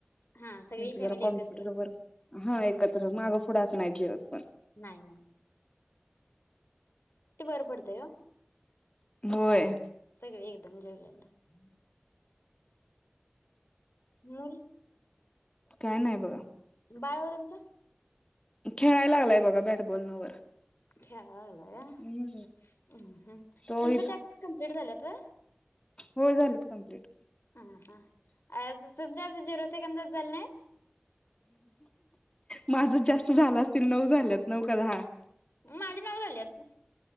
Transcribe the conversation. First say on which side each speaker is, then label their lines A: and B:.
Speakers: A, on the left (about 70°); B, on the left (about 25°).
A: हा सगळी
B: त्यांचं
A: फॅमिली
B: जरा कॉम्प्युटरवर,
A: एकत्र
B: हा
A: हम्म
B: एकत्र. मागं- पुुढं असं नाही जेवत पण.
A: नाही, ना. ते, बरं पडतंय ओ.
B: होय.
A: सगळे एकदम जेवलेत मूल.
B: काय नाही बघा.
A: बाळ हो तुमचं?
B: खेळायलागलंय बघा बॅटबॉल न वर.
A: खेळायला लागलाय व्हय
B: हम्म
A: हम्म.
B: तो
A: तुमच टॅक्स कंप्लीट झाल्यात होय?
B: होय झालेत कम्प्लीट.
A: ह हा अस तुमच्या असं झिरो सेकंदात झाले नाहीत?
B: माझच जास्त झालं असतील नऊ झाल्यात नऊ का दहा.
A: माझे नऊ झाल्यात.